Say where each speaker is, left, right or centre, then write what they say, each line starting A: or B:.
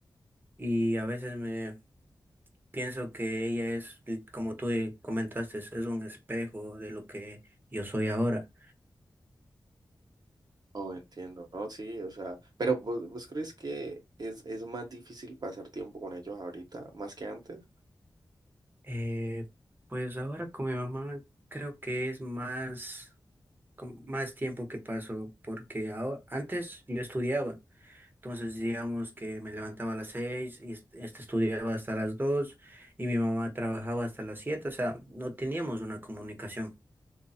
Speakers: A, on the right; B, on the right.
A: y a veces me pienso que ella es, como tú comentaste, es un espejo de lo que yo soy ahora.
B: Oh, entiendo, ¿no? Sí, o sea, pero ¿vos, vos crees que es, es más difícil pasar tiempo con ellos ahorita, más que antes?
A: Eh, pues ahora con mi mamá creo que es más, con más tiempo que paso porque ahora, antes yo estudiaba. Entonces digamos que me levantaba a las seis y est- este estudiaba hasta las dos y mi mamá trabajaba hasta las siete, o sea, no teníamos una comunicación.